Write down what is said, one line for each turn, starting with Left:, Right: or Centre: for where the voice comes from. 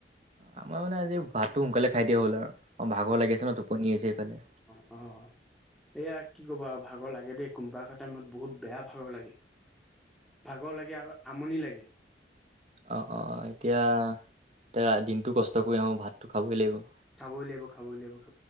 Right: আমাৰ মানে আজি ভাতটো সোনকালে খাই দিয়া হল আৰু অ' ভাগঘৰ লাগি আছে ন টোপনি হৈছে এইফালে।
Centre: অ', অ'। এইয়া কি ক'ব আৰু ভাগৰ লাগে দেই কোনোবা এ টাইমত বহুত বেয়া ভাগৰ লাগে। ভাগৰ লাগে আৰু আমনি লাগে।
Right: অ', অ', এতিয়া এতিয়া দিনটো কষ্ট কৰি আহোঁ ভাতটো খাবই লাগিব।
Centre: খাবই লাগিব খাবই লাগিব,